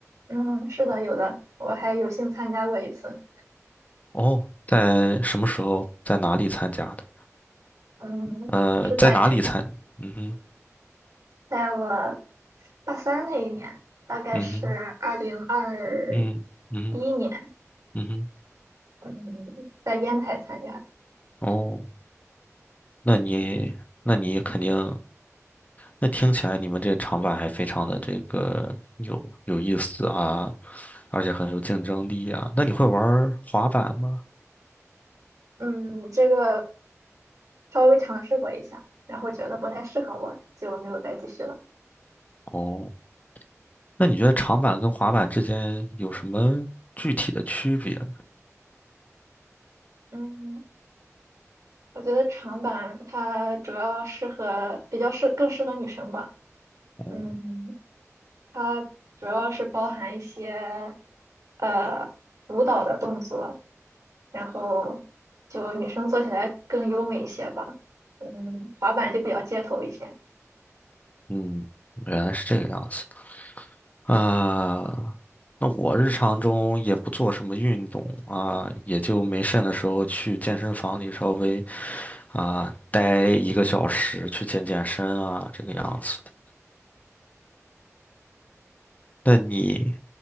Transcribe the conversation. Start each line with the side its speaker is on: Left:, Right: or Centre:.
Right: 嗯，是的，有的，我还有幸参加过一次。
Left: 哦，在什么时候，在哪里参加的？
Right: 嗯，
Left: 呃，
Right: 是在
Left: 在哪里参？嗯哼，
Right: 在我大三那一年，大概是二零二
Left: 嗯哼，嗯嗯哼，
Right: 一年，
Left: 嗯哼。
Right: 嗯，在烟台参加的
Left: 哦，那你那你肯定那听起来你们这长板还非常的这个有有意思啊，而且很有竞争力啊。那你会玩儿滑板吗？
Right: 嗯，这个稍微尝试过一下，然后觉得不太适合我，就没有再继续了。
Left: 哦，那你觉得长板跟滑板之间有什么具体的区别呢？
Right: 嗯，我觉得长板它主要适合，比较适，更适合女生吧。
Left: 哦，
Right: 嗯。它主要是包含一些呃舞蹈的动作，然后就女生做起来更优美一些吧。嗯，滑板就比较街头一些。
Left: 嗯，原来是这个样子啊。那我日常中也不做什么运动啊，也就没事的时候去健身房里稍微啊待一个小时去健健身啊，这个样子的。那你？